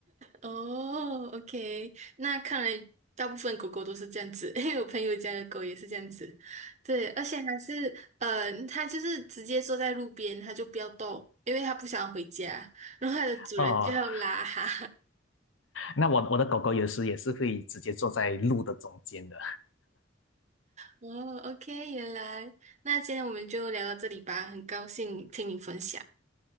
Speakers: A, on the right (about 40°); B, on the left (about 80°).
A: 哦，OK，那看来大部分狗狗都是这样子，<laughs> 因为我朋友家的狗也是这样子，对，而且还是呃，它就是直接坐在路边，它就不要动，因为它不想回家，然后它的主人就要拉它。
B: 哦，那我我的狗狗有时也是会直接坐在路的中间的。
A: 哦，OK，原来，那今天我们就聊到这里吧，很高兴听你分享。